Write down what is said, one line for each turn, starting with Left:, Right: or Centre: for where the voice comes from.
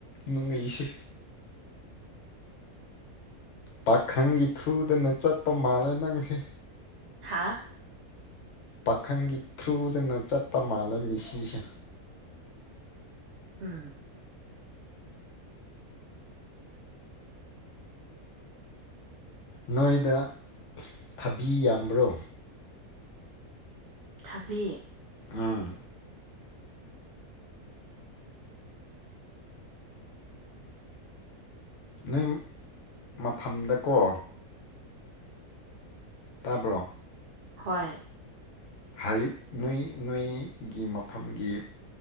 Left: ꯅꯣꯢꯁꯦ ꯄꯥꯈꯪꯒꯤ ꯊ꯭ꯔꯨꯗꯅ ꯆꯠꯄ ꯃꯥꯜꯂꯦ ꯅꯪꯁꯦ
Right: ꯍꯥꯥ
Left: ꯄꯥꯈꯪꯒꯤ ꯊ꯭ꯔꯨꯗꯅ ꯆꯠꯄ ꯃꯥꯜꯂꯦ ꯃꯦꯁꯤꯁꯦ
Right: ꯎꯝ
Left: ꯅꯣꯏꯗ ꯊꯕꯤ ꯌꯥꯝꯕ꯭ꯔꯣ
Right: ꯊꯕꯤ
Left: ꯑꯥ ꯅꯪ ꯃꯐꯝꯗꯀꯣ ꯇꯥꯕ꯭ꯔꯣ
Right: ꯍꯣꯏ
Left: ꯍꯥꯏꯔꯤꯞ ꯅꯣꯏ ꯅꯣꯏꯒꯤ ꯃꯐꯝꯒꯤ